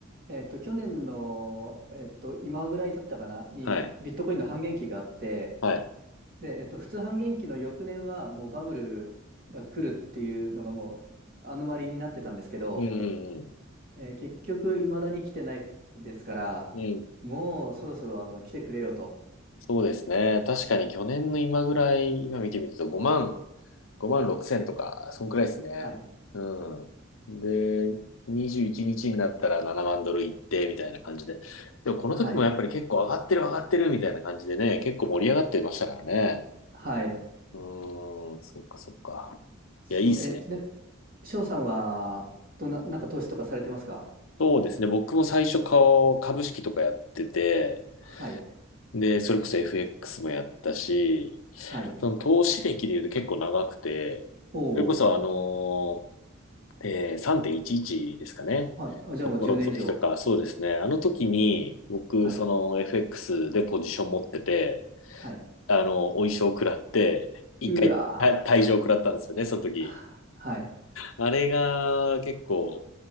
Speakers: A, on the right; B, on the left.
A: えっと、去年の、えっと、今ぐらいだったかな、に、
B: はい。
A: ビットコインの半減期があって、
B: はい。
A: で、えっと、普通半減期の翌年は、もうバブルが来るっていうのが、もう、アノマリーになってたんですけど、
B: うん、うん、
A: えー結局、未だに来てないですから、
B: うん。うん
A: もう、そろそろ、あの、来てくれよと。
B: そうですね。確かに去年の今ぐらい、今見てみると5万、5万6千とか、そんくらいですね。
A: はい。
B: うん。で、21日にちになったら7万ドルいって、みたいな感じで。でもこの時もやっぱり結構上がってる上がってるみたいな感じでね、
A: はい。
B: 結構盛り上がってましたからね。
A: はい。
B: うーん、そっかそっか。
A: そう、
B: いや、いいっすね。
A: え、で、翔さんは、どんな、なんか投資とかされてますか
B: そうですね。僕も最初顔、株式とかやってて、
A: はい。
B: で、それこそ FX もやったし、
A: はい。
B: その投資歴で言うと結構長くて、
A: おお。
B: それこそあのーえー3.11ですかね。
A: はい。あ、じゃあもう10年以上。
B: の頃の時とか、そうですね。あの時に僕、
A: はい。
B: その FX でポジション持ってて、
A: はい。
B: あの、お衣装食らって、一回た退場食らったんですよね、
A: うわ
B: その時。
A: ぁ。はい。
B: あれが結構、